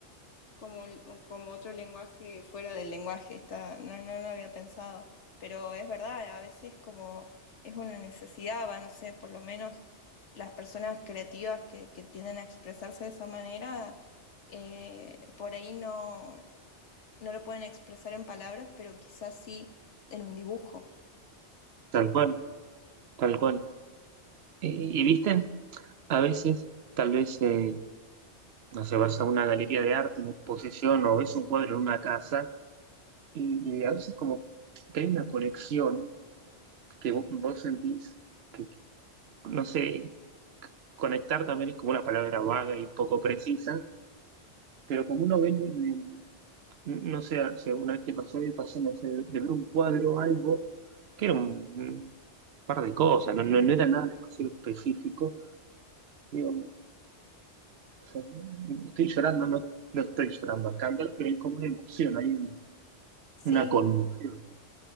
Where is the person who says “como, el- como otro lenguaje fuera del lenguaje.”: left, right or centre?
Left